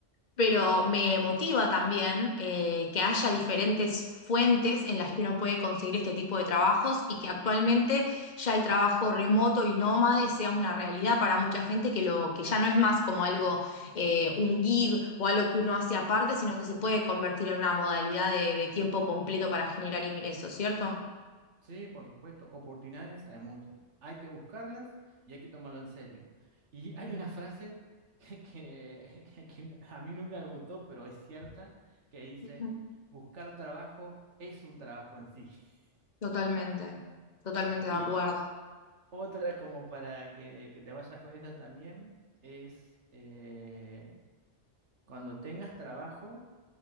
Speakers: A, on the left (about 40°); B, on the right (about 70°).
A: pero me motiva también eh, que haya diferentes fuentes en las que uno puede conseguir este tipo de trabajos y que actualmente ya el trabajo remoto y nómade sea una realidad para mucha gente que lo que ya no es más como algo eh, un gig o algo que uno hace aparte, sino que se puede convertir en una modalidad de, de tiempo completo para generar ingresos, ¿cierto?
B: sí, por supuesto, oportunidades hay muchas. Hay que buscarlas y hay que tomarlo en serio. Y hay una frase <laughs> que, que que a mí nunca me gustó, pero es cierta, que dice,
A: Ujú.
B: buscar trabajo es un trabajo en sí. <laughs>
A: Totalmente, totalmente
B: Y
A: de acuerdo.
B: Otra como para que, que te vayas con esta también es eh, cuando tengas trabajo,